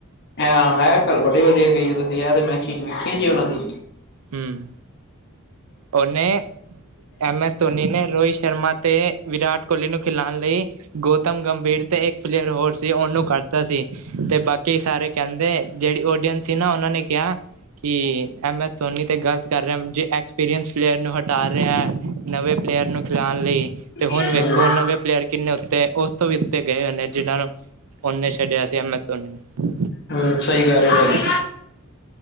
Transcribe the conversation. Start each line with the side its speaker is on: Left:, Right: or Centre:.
Left: ਇਹ ਗੱਲ ਬੜੀ ਵਧੀਆ ਕਹੀ ਹੈ ਤੁਸੀਂ ਕਿਹਾ ਤੇ ਮੈਂ ਵੇਖੀ ਜੀ ਉਹਨਾਂ ਦੀ <unintelligible>
Right: ਹੂੰ। ਉਹਨੇ ਐਮ ਐਸ ਧੋਨੀ ਨੇ ਰੋਹਿਤ ਸ਼ਰਮਾ ਤੇ ਵਿਰਾਟ ਕੋਹਲੀ ਨੂੰ ਖਿਲਾਣ ਲਈ ਗੌਤਮ ਗੰਭੀਰ ਤੇ ਇੱਕ ਪਲੇਅਰ ਹੋਰ ਸੀ ਉਹਨੂੰ ਕਰਤਾ ਸੀ ਤੇ ਬਾਕੀ ਸਾਰੇ ਕਹਿੰਦੇ ਜਿਹੜੀ ਉਡੀਅੰਸ ਸੀ ਨਾ ਉਹਨਾਂ ਨੇ ਕਿਹਾ ਕਿ ਐੱਮ ਐੱਸ ਧੋਨੀ 'ਤੇ ਗਲਤ ਕਰ ਰਿਹਾ ਜੇ ਐਕਸਪੀਰੀਅੰਸ ਪਲੇਅਰ ਨੂੰ ਹਟਾ ਰਿਹਾ ਨਵੇਂ ਪਲੇਅਰ ਨੂੰ ਖਿਲਾਣ ਲਈ
Left: ਹੂੰ-ਹੂੰ-ਹੂੰ-ਹੂੰ
Right: ਤੇ ਹੁਣ ਵੇਖੋ ਨਵੇਂ ਪਲੇਅਰ ਕਿੰਨੇ ਉੱਤੇ ਉਸ ਤੋਂ ਵੀ ਉੱਤੇ ਗਏ ਹੋਏ ਨੇ ਜਿਨਾਂ ਨੂੰ ਓਨੇ ਛੱਡਿਆ ਸੀ ਐੋਮ ਐਸ ਧੋਨੀ ਨੇ
Left: ਹਮ ਸਹੀ ਕਹਿ ਰਹੇ
Right: ਹੂੰ,
Left: ਭਾਜੀ